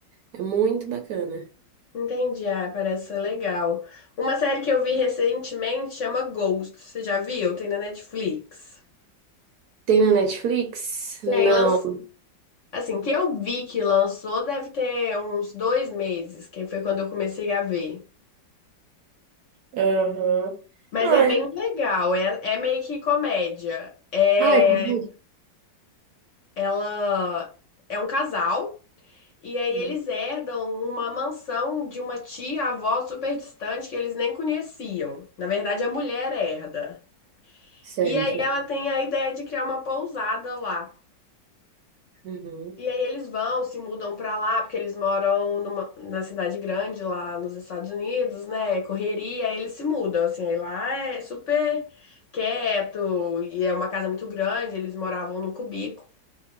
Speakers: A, on the right (about 70°); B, on the left (about 55°).
A: É muito bacana.
B: entendi, ah, parece ser legal. Uma série que eu vi recentemente chama Ghost, você já viu? Tem na Netflix.
A: Tem na Netflix?
B: Tem,
A: Não.
B: lanç... assim, que eu vi que lançou deve ter uns dois meses, que foi quando eu comecei a ver.
A: Aham.
B: Mas
A: Ah,
B: é bem legal, é, é meio que comédia. É
A: Ah, é verdade.
B: Ela é um casal e aí
A: Uhum.
B: eles herdam uma mansão de uma tia-avó super distante que eles nem conheciam. Na verdade, a mulher herda.
A: Certo.
B: E aí ela tem a ideia de criar uma pousada lá.
A: Uhum.
B: E aí eles vão, se mudam pra lá, porque eles moram numa, na cidade grande lá nos Estados Unidos, né? É Correria, aí eles se mudam, assim, aí lá é super quieto e é uma casa muito grande, eles moravam num cubico.